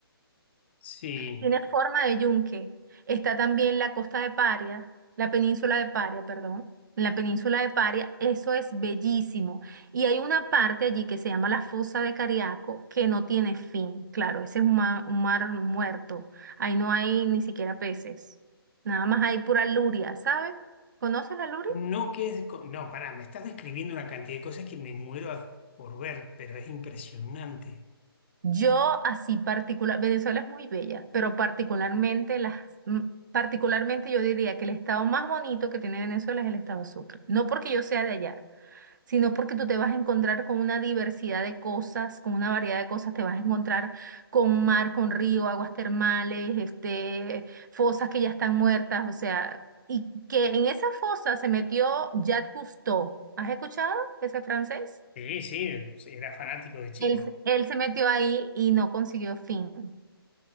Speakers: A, on the left; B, on the right.
A: Sí.
B: Tiene forma de yunque. Está también la costa de Paria, la península de Paria, perdón. En la península de Paria, eso es bellísimo. Y hay una parte allí que se llama la fosa de Cariaco, que no tiene fin. Claro, ese es un ma- un mar, muerto. Ahí no hay ni siquiera peces. Nada más hay pura luria, ¿sabes? ¿Conoces la luria?
A: No, que es, co- no, pará, me estás describiendo una cantidad de cosas que me muero a- por ver, pero es impresionante.
B: Yo así particular, Venezuela es muy bella, pero particularmente las, mm, particularmente yo diría que el estado más bonito que tiene Venezuela es el estado Sucre. No porque yo sea de allá, sino porque tú te vas a encontrar con una diversidad de cosas, con una variedad de cosas, te vas a encontrar con mar, con río, aguas termales, este, fosas que ya están muertas, o sea, y que en esa fosa se metió Jacques Cousteau. ¿Has escuchado ese francés?
A: Sí, sí, sí, era fanático de chico.
B: Él, él se metió ahí y no consiguió fin.